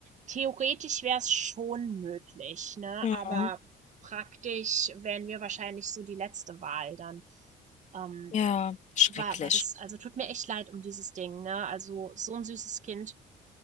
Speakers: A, on the right (about 45°); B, on the left (about 45°).
A: Theoretisch wäre es schon möglich, ne?
B: Mhm.
A: Aber praktisch wären wir wahrscheinlich so die letzte Wahl dann. Ähm,
B: Ja, schrecklich.
A: war, war das, also tut mir echt leid um dieses Ding, ne? Also so ein süßes Kind.